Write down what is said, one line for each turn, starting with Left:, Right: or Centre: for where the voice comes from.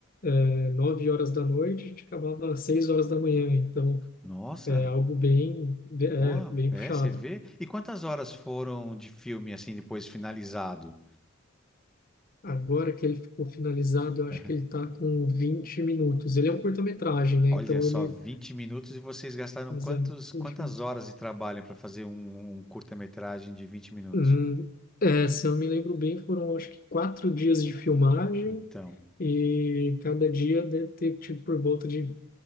Left: é, nove horas da noite, a gente acabava às seis horas da manhã, então
Centre: Nossa.
Left: é algo bem, é,
Centre: Pô,
Left: bem
Centre: é,
Left: puxado.
Centre: você vê? E quantas horas foram de filme assim depois finalizado?
Left: Agora que ele ficou finalizado, eu acho
Centre: Aham.
Left: que ele tá com 20 minutos. Ele é um curta-metragem, né?
Centre: Olha
Left: Então
Centre: só,
Left: ele.
Centre: 20 minutos e vocês gastaram
Left: Mas
Centre: quantos,
Left: é,
Centre: quantas
Left: 20 minutos.
Centre: horas de trabalho para fazer um, um curta-metragem de vinte minutos?
Left: Hum, é, se eu me lembro bem, foram acho que quatro dias de filmagem
Centre: Então,
Left: e cada dia deve ter tido por volta de